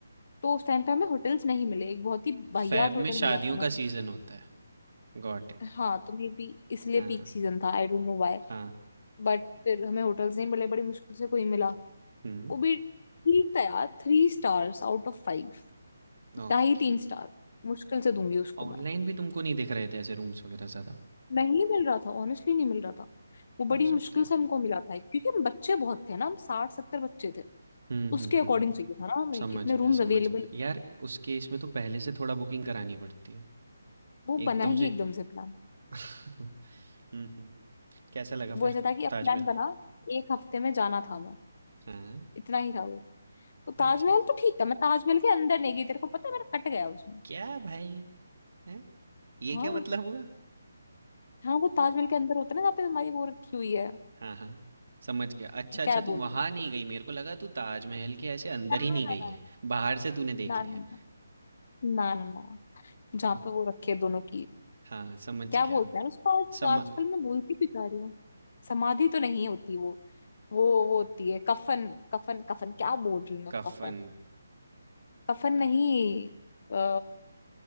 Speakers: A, on the left; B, on the right.
A: तो उस टाइम पे हमें होटल्स नहीं मिले एक बहुत ही वाहियात
B: फ़ेब
A: होटल
B: में शादियों
A: मिला था हमें
B: का सीज़न होता है। Got it.
A: हाँ तो मे बी इसलिए
B: हाँ,
A: पीक सीजन था I don't know why
B: हाँ।
A: But फिर हमें होटल्स नहीं मिले बड़ी मुश्किल से कोई मिला
B: हुँ,
A: वो भी ठीक था यार three stars out of five
B: ओके।
A: ढाई तीन स्टार मुश्किल से दूंगी उसको
B: ऑनलाइन
A: मैं
B: भी तुमको नहीं दिख रहे थे ऐसे रूम्स वगैरह ज़्यादा?
A: नहीं मिल रहा था ऑनेस्टली नहीं मिल रहा था वो बड़ी
B: हो
A: मुश्किल
B: सकता है।
A: से हमको मिला था क्योंकि हम बच्चे बहुत थे ना हम साठ सत्तर बच्चे थे
B: हुँ,
A: उसके
B: हुँ, हुँ।
A: अकॉर्डिंग चाहिए था ना हमें
B: समझ
A: कितने
B: गया,
A: रूम्स
B: समझ
A: अवेलेबल
B: गया। यार उसके इसमें तो पहले से थोड़ा बुकिंग करानी पड़ती है।
A: वो
B: एकदम
A: बना ही
B: से
A: एकदम से प्लान
B: <laughs> हुँ, हुँ। कैसा लगा
A: वो
B: फिर
A: ऐसा था कि अब
B: ताजमहल?
A: प्लान बना एक हफ्ते में जाना था हमें
B: हाँ,
A: इतना ही था वो तो
B: अच्छा।
A: ताजमहल तो ठीक था मैं ताजमहल के अंदर नहीं गई तेरे को पता है मेरा कट गया उसमें
B: क्या भाई! हैं? ये
A: हाँ
B: क्या मतलब हुआ?
A: हाँ वो ताजमहल के अंदर होता है ना जहाँ पे हमारी वो रखी हुई है
B: हाँ, हाँ, समझ गया। अच्छा, अच्छा
A: क्या
B: तू
A: बोलते
B: वहाँ
A: हैं उसको
B: नहीं गई, मेरे को लगा तू ताजमहल के ऐसे अंदर
A: ना
B: ही नहीं
A: ना
B: गई है, बाहर से तूने देख
A: ना
B: लिया
A: ना
B: है।
A: ना ना ना ना, ना, ना, जहाँ
B: हुँ,
A: पे वो रखे दोनों की
B: हाँ, समझ
A: क्या
B: गया।
A: बोलते हैं उसको आज
B: समा
A: आजकल मैं भूलती भी जा रही हूँ समाधि तो नहीं होती वो वो वो होती है कफन कफन कफन क्या बोल रही हूँ मैं
B: कफ़न
A: कफन कफन
B: अ,
A: नहीं आ,